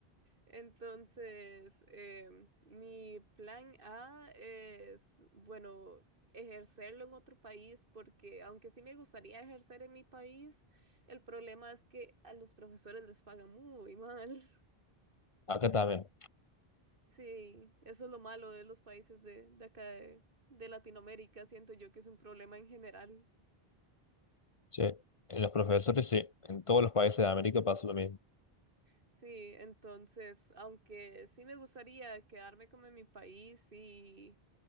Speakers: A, on the right (about 60°); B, on the left (about 40°).
A: Entonces, em, mi plan A es, bueno, ejercerlo en otro país, porque aunque sí me gustaría ejercer en mi país, el problema es que a los profesores les pagan muy mal. <laughs>
B: Acá también,
A: Sí, eso es lo malo de los países de, de acá de, de Latinoamérica, siento yo que es un problema en general.
B: sí. En los profesores, sí. En todos los países de América pasa lo mismo.
A: Sí, entonces, aunque sí me gustaría quedarme como en mi país y